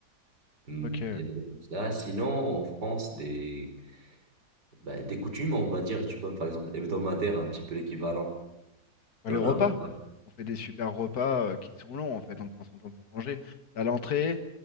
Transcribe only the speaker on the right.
Hmm.
Il y a des trucs comme ça. sinon, en France, des, bah, des coutumes, on va dire, tu vois, par exemple, hebdomadaire, un petit peu l'équivalent.
T'en
as ou pas?